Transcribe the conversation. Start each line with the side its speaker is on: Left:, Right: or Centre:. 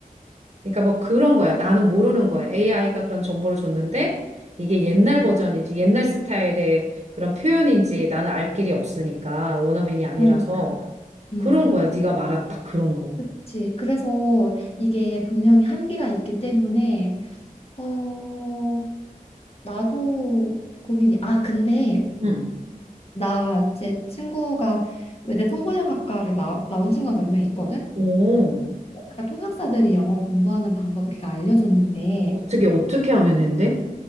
Right: 그러니까 뭐 그런 거야. 나는 모르는 거야. AI가 그런 정보를 줬는데 이게 옛날 버전인지 옛날 스타일의 그런 표현인지 나는 알 길이 없으니까 원어민이 아니라서
Left: 그러니까. 음.
Right: 그런 거야. 네가 말한 딱 그런 거.
Left: 그치. 그래서 이게 분명히 한계가 있기 때문에 어, 나도 고민이. 아, 근데
Right: 응.
Left: 나 제 친구가 외대 통번역학과를 나, 나온 친구가 몇 명 있거든?
Right: 오,
Left: 그러니까 통역사들이 영어 공부하는 방법을 걔가 알려줬는데
Right: 어떻게, 어떻게 하면 된대?
Left: 어,